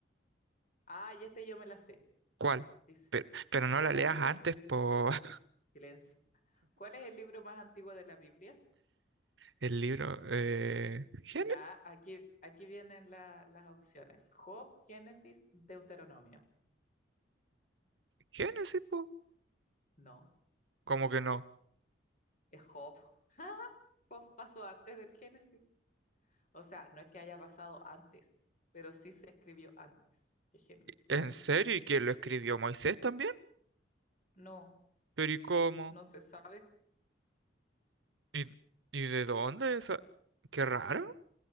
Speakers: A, on the left; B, on the right.
A: Ah, y este yo me la sé.
B: ¿Cuál?
A: Dice,
B: Pero, pero no
A: ¿cuál
B: la leas
A: es el libro?
B: antes por <laughs>
A: Silencio. ¿Cuál es el libro más antiguo de la Biblia?
B: el libro. Eh, Gén-
A: La, aquí, aquí vienen la- las opciones. Job, Génesis, Deuteronomio.
B: Génesis, po.
A: No,
B: Como que no.
A: es Job. <laughs> Job pasó antes del Génesis. O sea, no es que haya pasado antes, pero sí se escribió antes que Génesis.
B: ¿En serio? ¿Y quién lo escribió? ¿Moisés también?
A: No,
B: ¿Pero y cómo?
A: no se sabe.
B: ¿Y, y de dónde esa? Qué raro.